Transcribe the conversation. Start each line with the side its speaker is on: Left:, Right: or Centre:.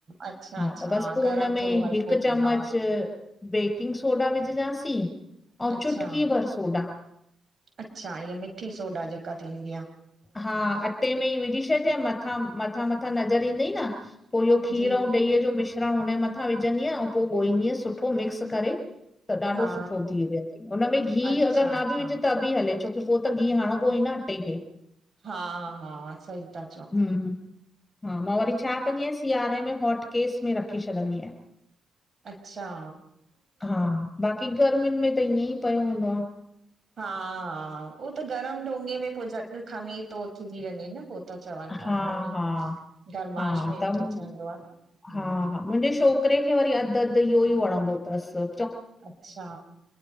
Right: अच्छा
Left: हा
Right: अच्छा
Left: त बस पो
Right: गरम
Left: उन में
Right: थोरो हल्को
Left: हिक चम्मच
Right: थींदो आहे
Left: बेकिंग सोडा विझजांसीं अउ
Right: अच्छा
Left: चुटकी भर सोडा।
Right: अच्छा इअ मिठी सोडा जेका थींदी आ।
Left: हा अटे में ई विझी छॾजे म मथां मथां नज़र ईंदई न पो इहो खीर
Right: जी
Left: अउ ॾही जो मिश्र मिश्रण उन ऐ मथां विझंदीयां ऐं पो ॻोहींदीअस सुठो मिक्स करे। त ॾाढो
Right: हा
Left: सुठो थी वेंदई उन में घीहु
Right: अच्छा
Left: अगर न
Right: अच्छा
Left: बि विझ त बि हले छोकी पो त घिहु हणबो ही न अटे खे।
Right: हा हा सही त
Left: हम्म, हा मां वरी छा कंदी आहियां सिआरे में हॉटकेस में रखी छॾींदी आहियां।
Right: अच्छा!
Left: हा, बाक़ी गर्मियुनि में त ईअं ई पयो हूंदो आ।
Right: हा- हा ओत गरम डोंगे में पो झट खमीर थो उथजी वञे न। पो त चवनि था
Left: हा
Right: उनमें
Left: हा
Right: गरमाश
Left: हा
Right: में
Left: त म-
Right: ठवंदो आ न। हम्म
Left: हा हा मुंहिंजे छोकिरे खे वरी अधु अधु इहो ही वणंदो तसि।
Right: अच्छा